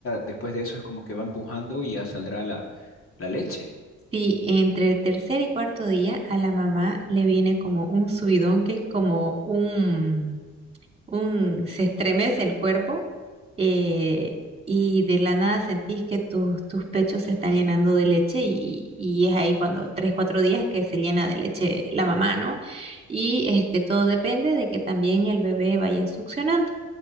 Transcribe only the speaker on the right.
Si entre el tercer y cuarto día a la mamá le viene como un subidón, que es como un un, se estremece el cuerpo eh, y de la nada sentís que tus, tus pechos se están llenando de leche y, y es ahí cuando tres, cuatro días que se llena de leche la mamá, ¿no? Y este, todo depende de que también el bebé vaya succionando.